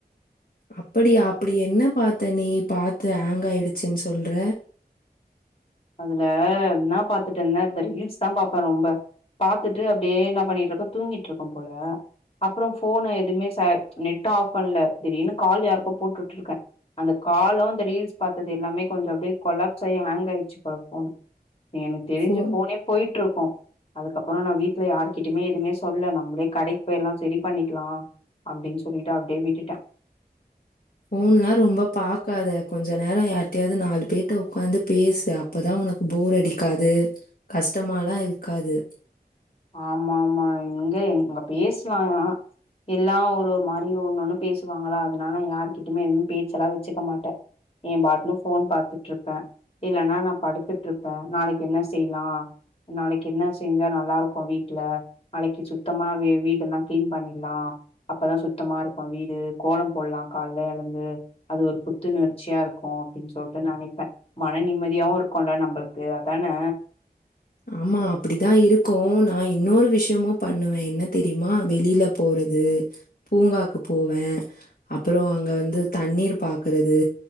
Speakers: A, on the left; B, on the left.
A: அப்படியா அப்படி என்ன பாத்த நீ பாத்து ஹேங் ஆயிடுச்சுன்னு சொல்ற
B: அதுல என்னா பார்த்துட்டிருந்தே இந்த ரீல்ஸ் தா பார்ப்பே ரொம்ப பாத்துட்டு அப்படியே என்ன பண்ணிட்டுருப்போ தூங்கிட்டு இருக்கோ போல அப்புறோ ஃபோன் எதுவுமே செ நெட்டூ ஆஃப் பண்ல திடீர்னு கால் யாருக்கோ போட்டுட்டு இருக்கே அந்த காலும் அந்த ரீல்ஸ் பார்த்தது எல்லாமே கொஞ்சே அப்டியே கொலாப்ஸ் ஆயி ஹேங்க் ஆயிச்சி அப்புற ஃபோனு நீ எனக்கு தெரிஞ்சு
A: ஃபோ
B: போனே போயிட்டுருக்கோ அதுக்கப்புறோ நா வீட்டுல யாருகிட்டயுமே எதுவுமே சொல்ல நாம்மளே கடைக்கு போய்ல்லா சரி பண்ணிக்கலா அப்படின்னு சொல்லிட்டு அப்படியே விட்டுட்டே
A: போன்லா ரொம்ப பாக்காத கொஞ்ச நேரம் யார்ட்டையாவது நாலு பேர்ட்ட உட்காந்து பேசு அப் அப்பதா உனக்கு போர் அடிக்காது கஷ்டமாலா இருக்காது
B: ஆமா ஆமா இங்க இங் பேசுனாங்லா எல்லா ஒரு ஒரு மாதிரி ஒண்ணு ஒண்ணு பேசுவாங்களா அதனால யாருகிட்டமே எதூ பேச்சல்லா வச்சுக்க மாட்டே ஏ பாட்ன்னு ஃபோன் பாத்துட்ருப்பே இல்லன்னா நா படுத்துட்ருப்பே நாளைக்கி என்ன செய்லா நாளைக்கு என்ன செஞ்சா நல்லா இருக் கோ வீட்ல நாளைக்கி சுத்தமா வீ வீடெல்லா கிளீன் பண்ணிட்லா அப்பதா சுத்தமா இருக்கோ வீடு கோலம் போட்லா கால்ல எழுந்து அது ஒரு புத்துணர்ச்சியா இருக்கோ அப்படின்னு சொல்ட்டு நெனைப்பே மன நிம்மதியாவூ இருக்கோ இல்ல நம்மளுக்கு அதானே
A: ஆமா அப்படித்தா இருக்கோ நா இன்னொரு விஷயமும் பண்ணுவே என்ன தெரியுமா வெளியில போறது பூங்காக்கு போவே அப்புறோ அங்க வந்து தண்ணீர் பாக்குறது